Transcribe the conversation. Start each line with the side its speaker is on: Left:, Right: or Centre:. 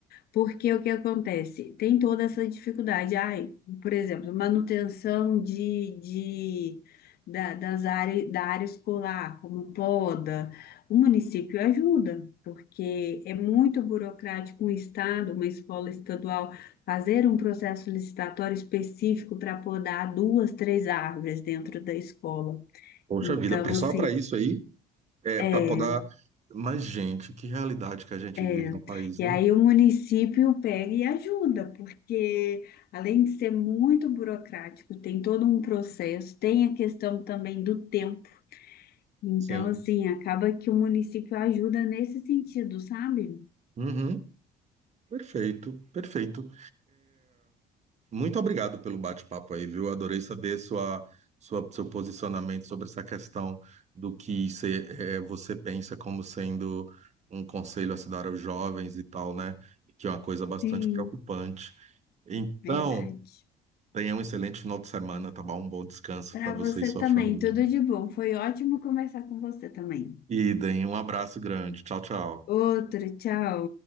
Left: porque o que acontece? Tem toda essa dificuldade. Ai, por exemplo, manutenção de, de, da, das áreas, da área escolar, como poda. O município ajuda, porque é muito burocrático um estado, uma escola estadual, fazer um processo licitatório específico para podar duas, três árvores dentro da escola.
Right: Poxa
Left: Então,
Right: vida, pra- só
Left: assim.
Right: para isso aí, é
Left: é
Right: para poder. Mas, gente, que realidade que a gente
Left: É,
Right: vive no país,
Left: e
Right: né?
Left: aí o município pega e ajuda, porque além de ser muito burocrático, tem todo um processo, tem a questão também do tempo. Então,
Right: Sim.
Left: assim, acaba que o município ajuda nesse sentido, sabe?
Right: Uhum, perfeito, perfeito. Muito obrigado pelo bate-papo aí, viu? Adorei saber sua, sua, seu posicionamento sobre essa questão do que cê, eh, você pensa como sendo um conselho a se dar aos jovens e tal, né? Que é uma coisa bastante
Left: Sim,
Right: preocupante. Então,
Left: verdade.
Right: tenha um excelente final de semana, tá bom? Um bom descanso
Left: Para
Right: para você
Left: você
Right: e sua
Left: também,
Right: família.
Left: tudo de bom. Foi ótimo conversar com você também.
Right: E deem um abraço grande. Tchau, tchau.
Left: Outro, tchau.